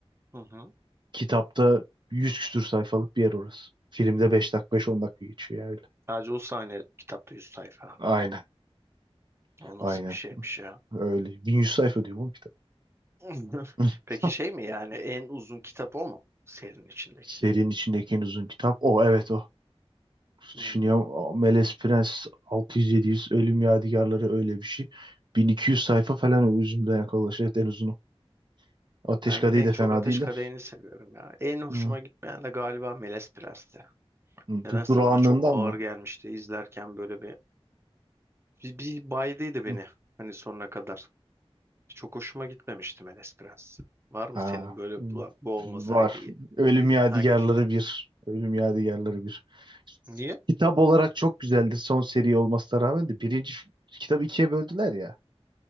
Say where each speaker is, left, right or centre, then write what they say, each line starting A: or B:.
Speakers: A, on the right; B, on the right.
A: Hı hı.
B: Kitapta 100 küsür sayfalık bir yer orası. Filmde 5 dakika beş on dakika geçiyor yani. öyle.
A: Sadece o sahne kitapta 100 sayfa.
B: Aynen.
A: O nasıl
B: Aynen.
A: bir şeymiş ya?
B: Öyle. 1100 sayfa diyor bu kitap.
A: <laughs>
B: <laughs>
A: Peki şey mi yani en uzun kitap o mu serinin içindeki?
B: Serinin içindeki en uzun kitap. O evet o.
A: Hmm.
B: Düşünüyorum. o Melez Prens 600-700 Ölüm Yadigarları öyle bir şey. 1200 sayfa falan özümden yakalaş. Evet en uzunu. Ateş
A: Ben
B: Kadehi
A: en
B: de
A: çok
B: fena
A: Ateş
B: değil
A: Kadehi'ni
B: de.
A: seviyorum ya. En hoşuma
B: Hı.
A: gitmeyen de galiba Melez Prens'ti.
B: Bu
A: Nedense
B: durağanlığından
A: bana çok ağır
B: mı?
A: gelmişti izlerken böyle bir bir, bir baydıydı beni
B: Hı.
A: hani sonuna kadar. Çok hoşuma gitmemişti Melez Prens. Var mı
B: Ha,
A: senin böyle
B: hmm,
A: "Ulan bu olmasaydı
B: var.
A: iyi-
B: Ölüm
A: iyi-
B: Yadigarları
A: hangisi?
B: bir. Ölüm Yadigarları bir.
A: Niye?
B: Kitap olarak çok güzeldir son seri olmasına rağmen de birinci f- kitabı ikiye böldüler ya.